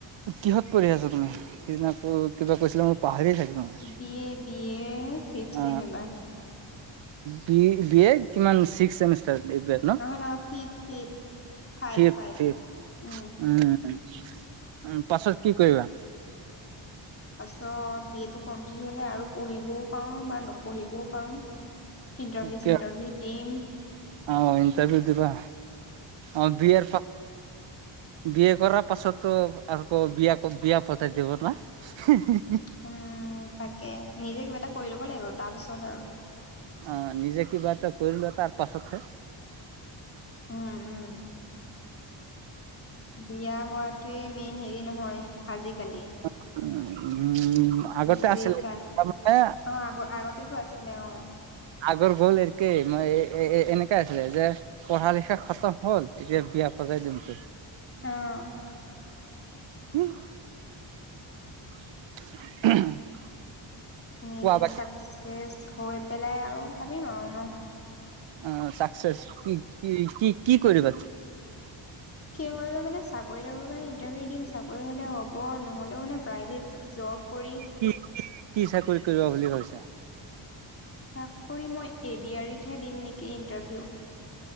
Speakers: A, on the right (about 70°); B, on the left (about 30°).
A: কিহত পঢ়ি আছ তুমি? সিদিনা আকৌ কিবা কৈছিলা মই পাহৰিয়ে থাকিলোঁ মই।
B: B A B A fifth
A: O
B: sem এবাৰ।
A: বি বি এ কিমান ছিক্স ছেমিষ্টাৰ এইবিলাক।
B: নহয় নহয় fifth fifth five
A: fifth
B: five
A: fifth
B: উম।
A: উম উম, পাছত কি কৰিবা?
B: পাছত বি এ টো কমপ্লিট হ'লে আৰু পঢ়িবও পাও বা নপঢ়িবও পাৰো। ইণ্টাৰভিউ
A: কিয়
B: চিন্টাৰভিউ দিম।
A: অ ইন্টাৰভিউ দিবা, অ বি এৰ পা বি এ কৰাৰ পাছতো আৰ ক বিয়াক বিয়া পটাই দিব না। <unintelligible>
B: উম তাকে, নিজেই কিবা এটা কৰি ল'ব লাগিব, তাৰ পিছত আৰু।
A: অ নিজে কিবা এটা কৰি লোৱা তাৰ পাছতহে।
B: উম উম বিয়া হোৱাত টোয়েই মেইন হেৰি নহয় আজিকালি।
A: <unintelligible>
B: নিজেই
A: আছিলে
B: যাক
A: তাৰমানে
B: অ আগ আগতেতো আছিলে অ।
A: আগৰ গ'ল একেই, মই এ এ এনেকাই আছিলে যে পঢ়া লিখা খতম হ'ল, এতিয়া বিয়া পতাই দিম তোক।
B: অ',
A: <unintelligible> <unintelligible>
B: নিজেই
A: কোৱা বাকী
B: চাকচেচ হৈ পেলাই আৰু ভাবিম আও ন।
A: অ চাকচেচ কি, কি কি কি কৰিবা?
B: কি কৰিবা মানে চাকৰি তাকৰি কাৰনে ইণ্টাৰভিউ দিম, চাকৰি হলে হ'ব নহ'লেও মানে প্ৰাইভেট জব কৰি
A: কি, কি কি চাকৰি কৰিবা বুলি ভাবিছা?
B: চাকৰি মই এ ডি আৰ ইত হে দিম নিকি ইন্টাৰভিউ।